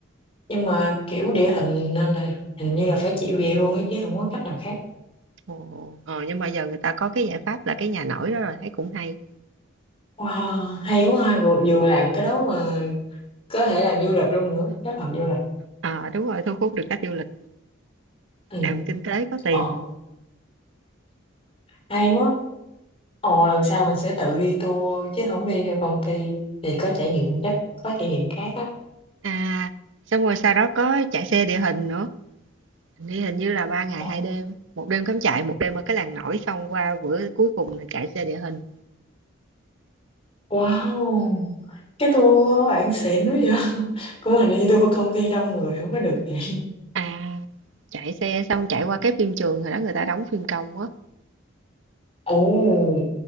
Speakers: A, on the left; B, on the right.
A: nhưng mà kiểu địa hình nên là hình như là phải chịu vậy luôn ấy chứ không có cách nào khác
B: Ồ, ờ, nhưng mà giờ người ta có cái giải pháp là cái nhà nổi đó rồi thấy cũng hay
A: wow hay quá ha. vừa vừa làm cái đó mà có thể làm du lịch luôn nữa kết hợp du lịch
B: Ờ đúng rồi thu hút được khách du lịch
A: ừ
B: làm kinh tế có tiền
A: ờ hay quá ồ lần sau mình sẽ tự đi tour chứ không đi theo công ty thì có trải nghiệm chắc có trải nghiệm khác á
B: À, xong rồi sau đó có chạy xe địa hình nữa. Hình như hình như là ba ngày
A: Ồ,
B: hai đêm, một đêm cắm trại, một đêm ở cái làng nổi xong qua bữa cuối cùng là chạy xe địa hình.
A: wow cái tour của bạn xịn quá vậy <laughs> của mình đi tour công ty đông người không có được vậy
B: À, chạy xe xong chạy qua cái phim trường hồi đó người ta đóng phim công á.
A: ồ